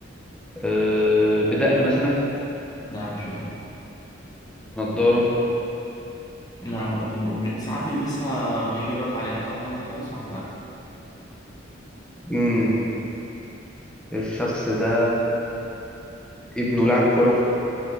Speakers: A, in the centre; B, on the left.
A: آه، بدقن مثلا
B: لا مش بتاع
A: نضارة
B: لا برضو م- ساعات بيلبسها ما يجي يقرا تعليقات أو حاجة زي كده وساعات لا
A: امم الشخص ده ابنه لاعب كرة